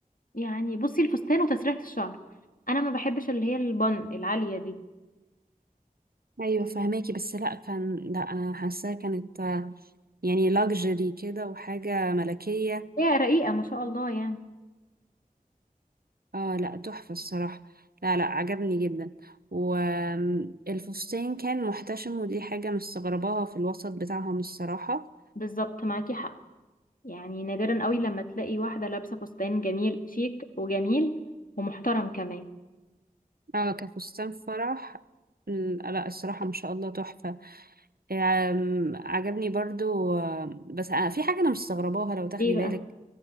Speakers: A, on the left; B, on the right.
A: يعني بصي الفستان وتسريحة الشعر انا ما بحبش اللي هي البن العالية دي
B: ايوه فهماكي بس لا كان لا انا حاساه كانت آه، يعني لاكجري كده وحاجه ملكيه
A: هي رقيقة ما شاء الله يعني
B: اه لا تحفة الصراحة لا لا عجبني جدا والفستان كان محتشم ودي حاجة مستغرباها في الوسط بتاعهم الصراحة
A: بالظبط معاكي حق يعني نادرا قوي لما تلاقي واحدة لابسة فستان جميل شيك وجميل ومحترم كمان
B: اه كفستان فرح ال- لا الصراحة ما شاء الله تحفة آم، عجبني برضو آم، بس أنا في حاجة أنا مستغرباها لو تاخدي
A: ايه
B: بالك
A: بقى